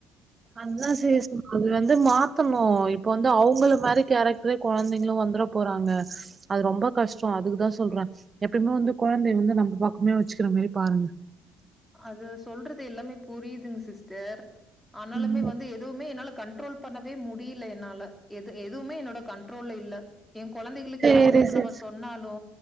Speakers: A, on the right; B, in the centre.
A: அதுதா சிஸ் அது வந்து மாத்தணு இப்ப வந்து அவுங்கள மாரி கேரக்டரே கொழந்தைங்களு வந்துட போறாங்க அது ரொம்ப கஷ்டோ அதுக்குதா சொல்றே எப்யுமே வந்து கொ ழந்தைய வந்து நம்ப பக்கமே வச்சுக்கிற மாரி பாருங்க
B: அது சொல்றது எல்லாமே புரியுதுங் சிஸ்டர் ஆனாலுமே
A: ம்
B: வந்து எதுவுமே என்னால கண்ட்ரோல் பண்ணவே முடியில என்னால எது எதுவுமே என்னோட கண்ட்ரோல்ல இல்ல என் கொழந்தைகளுக்கே
A: சேரி
B: அவுங்களுக்கு
A: சிஸ்
B: நம்ம சொன்னாலு